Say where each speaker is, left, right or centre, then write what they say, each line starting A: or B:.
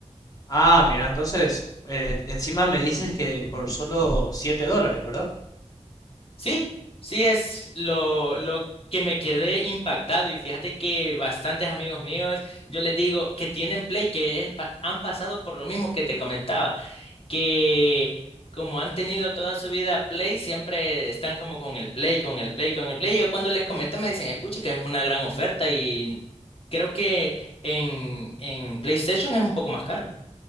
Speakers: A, on the left; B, on the left.
A: Ah, mira, entonces, eh, encima me dices que por solo siete dólares, ¿verdad?
B: Sí, sí es lo, lo que me quedé impactado y fíjate que bastantes amigos míos, yo les digo que tienen Play, que es pa- han pasado por lo mismo que te comentaba. que como han tenido toda su vida Play, siempre están como con el Play, con el Play, con el Play. Yo cuando les comento me dicen, ay, pucha, que es una gran oferta y creo que en, en PlayStation es un poco más caro.